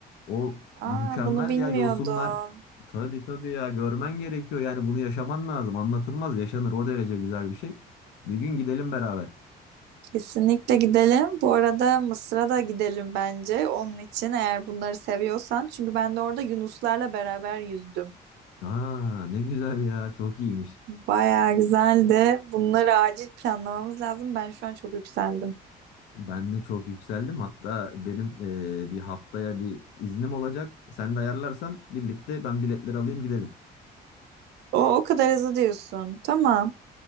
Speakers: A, on the left; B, on the right.
A: o mükemmel
B: aa bunu bilmiyordum.
A: ya yosunlar. Tabii tabii ya görmen gerekiyor yani bunu yaşaman lazım. Anlatılmaz yaşanır o derece güzel bir şey. Bir gün gidelim beraber.
B: Kesinlikle gidelim. Bu arada Mısır'a da gidelim bence. Onun için eğer bunları seviyorsan. Çünkü ben de orada Yunuslarla beraber yüzdüm.
A: Aa ne güzel ya çok iyiymiş.
B: Bayağı güzeldi. Bunları acil planlamamız lazım. Ben şu an çok yükseldim.
A: Ben de çok yükseldim. Hatta benim eee, bir haftaya bir iznim olacak. Sen de ayarlarsan birlikte ben biletleri alayım gidelim.
B: O, o kadar hızlı diyorsun. Tamam.